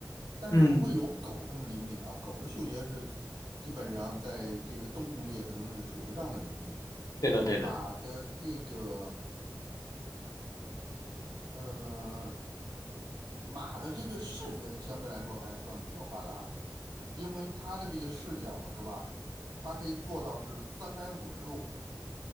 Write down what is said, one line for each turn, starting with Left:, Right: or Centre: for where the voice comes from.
Right: 但是不会有狗这么灵敏啊。
Left: 嗯，
Right: 狗的嗅觉是基本上在这个动物界可能是数得上的灵敏。
Left: 对的对的，
Right: 马的这个呃，马的这个视觉相对来说还算比较发达，因为它的这个视角是吧，它可以做到是三百五十度，